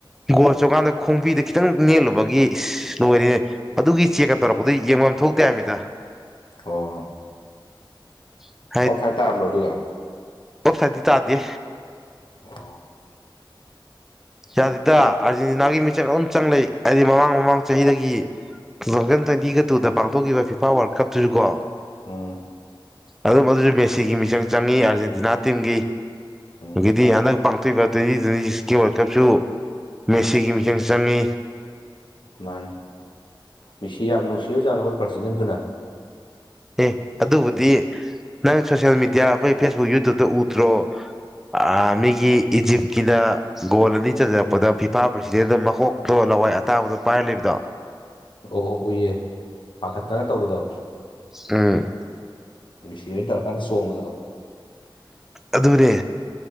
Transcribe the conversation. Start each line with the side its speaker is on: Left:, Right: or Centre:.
Centre: ꯒꯣꯜ ꯆꯟꯀꯥꯟꯗ ꯈꯣꯡꯕꯤꯗ ꯈꯤꯇꯪ ꯅꯦꯠꯂꯨꯕꯒꯤ ꯏꯁ ꯂꯣꯏꯔꯦꯍꯦ ꯑꯗꯨꯒꯤ ꯆꯦꯛꯀ ꯇꯧꯔꯛꯄꯗꯨ ꯌꯦꯡꯐꯝ ꯊꯣꯛꯇꯦ ꯍꯥꯏꯅꯤꯗꯥ
Left: ꯑꯣ
Centre: <inaudible>
Left: ꯑꯣꯐ ꯁꯥꯏꯠ ꯇꯥꯔꯝꯕ꯭ꯔꯣ ꯑꯗꯨꯗꯣ
Centre: ꯑꯣꯞꯁꯥꯏꯠꯗꯤ ꯇꯥꯗꯦ
Left: ꯑꯣ
Centre: ꯌꯥꯗꯦꯗ ꯑꯥꯔꯖꯦꯟꯇꯤꯅꯥꯒꯤ ꯃꯤꯡꯆꯪ ꯑꯗꯨꯝ ꯆꯪ ꯂꯩ ꯍꯥꯏꯗꯤ ꯃꯃꯥꯡ ꯃꯃꯥꯡ ꯆꯍꯤꯗꯒꯤ ꯇꯨ ꯊꯥꯎꯖꯟ ꯇ꯭ꯋꯦꯟꯇꯤꯒ ꯇꯨꯗ ꯄꯥꯡꯊꯣꯛꯈꯤꯕ ꯐꯤꯐꯥ ꯋꯥꯔꯜ ꯀꯞꯇꯨꯁꯨ ꯀꯣ
Left: ꯎꯝ
Centre: ꯑꯗꯨꯝ ꯑꯗꯨꯁꯨ ꯃꯦꯁꯤꯒꯤ ꯃꯤꯆꯪ ꯆꯪꯉꯤ ꯑꯥꯔꯖꯦꯟꯇꯤꯅꯥ ꯇꯤꯝꯒꯤ
Left: ꯎꯝ
Centre: ꯑꯗꯤ ꯍꯟꯗꯛ ꯑ ꯇ꯭ꯋꯦꯟꯇꯤ ꯇ꯭ꯋꯦꯟꯇꯤ ꯁꯤꯛꯁꯀꯤ ꯋꯥꯔꯜ ꯀꯞꯁꯨ ꯃꯦꯁꯤꯒꯤ ꯃꯤꯆꯡ ꯆꯪꯏ
Left: ꯃꯥꯅꯤ ꯃꯦꯁꯤ ꯌꯥꯝ ꯅꯨꯡꯁꯤꯔꯖꯥꯠꯂꯤ ꯃꯣꯏ ꯄ꯭ꯔꯁꯤꯗꯦꯟꯗꯨꯅ
Centre: ꯑꯦ ꯑꯗꯨꯕꯨꯗꯤ ꯅꯪ ꯁꯣꯁꯜ ꯃꯦꯗꯤꯌꯥ ꯑꯩꯈꯣꯏ ꯐꯦꯁꯕꯨꯛ ꯌꯨꯇꯨꯕꯇ ꯎꯗ꯭ꯔꯣ ꯑꯥ ꯃꯤꯒꯤ ꯏꯖꯤꯞꯀꯤꯅ ꯒꯣꯜ ꯑꯅꯤ ꯆꯟꯖꯔꯛꯄꯗ ꯐꯤꯐꯥ ꯄ꯭ꯔꯁꯤꯗꯦꯟꯅ ꯃꯀꯣꯛ ꯑꯣ ꯂꯋꯥꯏ ꯑꯇꯥꯡꯕꯗꯣ ꯄꯥꯏꯔ ꯂꯩꯕꯗꯣ
Left: ꯑꯣ ꯎꯏꯌꯦ ꯄꯥꯈꯠꯇꯅ ꯇꯧꯕꯗꯣ
Centre: ꯎꯝ
Left: ꯃꯤꯁꯤ ꯍꯣꯏꯅ ꯇꯧꯔꯀꯥꯟꯗ ꯆꯣꯡꯕꯗꯣ
Centre: ꯑꯗꯨꯅꯦ